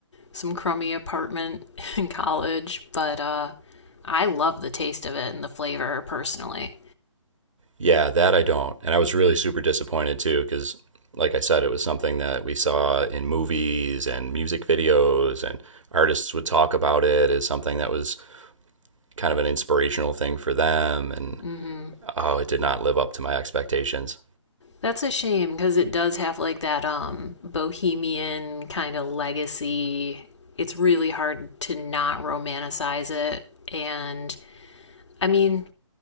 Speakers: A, on the left; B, on the right.
A: some crummy apartment <laughs> in college. But uh, I love the taste of it and the flavor personally.
B: Yeah, that I don't. And I was really super disappointed too, because, like I said, it was something that we saw in movies and music videos, and artists would talk about it as something that was kind of an inspirational thing for them. And
A: Mm hmm.
B: oh, it did not live up to my expectations.
A: That's a shame because it does have like that um bohemian kind of legacy. It's really hard to not romanticize it and I mean